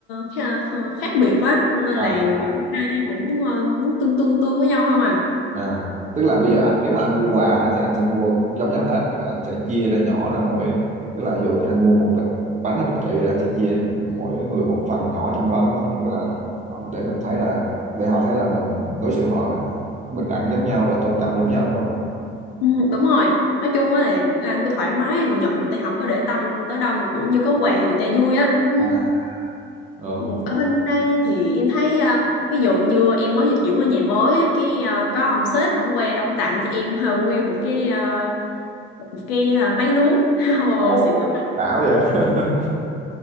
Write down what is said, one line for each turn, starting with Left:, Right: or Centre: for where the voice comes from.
Left: kha- khác biệt á nên
Right: À,
Left: là kiểu ai ai cũng ờ, muốn tương tương tương với nhau không à
Right: à, tức là bây
Left: Ừ.
Right: giờ anh nếu mà anh mua quà á, thì anh sẽ mua giống nhau hết rồi anh sẽ chia ra nhỏ ra mỗi tức là dụ như anh mua một bịch bánh hay bịch kẹo gì đó anh sẽ chia mỗi người một phần nhỏ trong đó đúng không? Nghĩa là họ để mình thấy là để họ thấy là mình đối xử họ bình đẳng giống nhau và tôn trọng giống nhau đúng không?
Left: Ừ, đúng rồi nói chung á là anh cứ thoải mái người Nhật người ta không có để tâm tới đâu mà kiểu như có quà thì người ta vui á Ừ,
Right: À, Ờ,
Left: ừ, ở bên đây thì em thấy à, ví dụ như em mới vừa chuyển qua nhà mới á, cái à, có ông sếp ông qua ông tặng cho em à, nguyên một cái à, một cái à, máy nướng <laughs> Ồ,
Right: ồ,
Left: xịn lắm
Right: bảo vậy. <laughs>